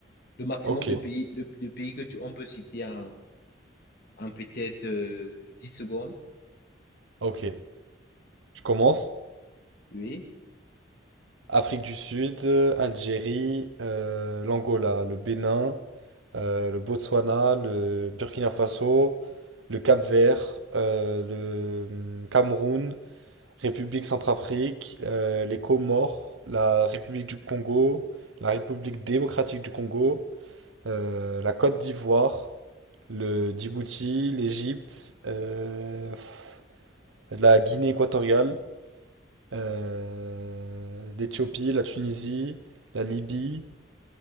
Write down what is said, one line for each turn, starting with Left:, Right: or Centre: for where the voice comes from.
Left: Le maximum
Right: Ok,
Left: de pays, le, de pays que tu, on peut citer en, en peut-être euh, 10 secondes.
Right: ok. Je commence.
Left: Oui.
Right: Afrique du Sud, euh, Algérie, euh, l'Angola, le Bénin, euh, le Botswana, le Burkina Faso, le Cap-Vert, euh, le hum, Cameroun, République Centrafrique, euh, les Comores, la République du Congo, la République démocratique du Congo. euh, la Côte d'Ivoire, le Djibouti, l'Égypte, euh, pff, la Guinée équatoriale, euh, l'Éthiopie, la Tunisie, la Libye,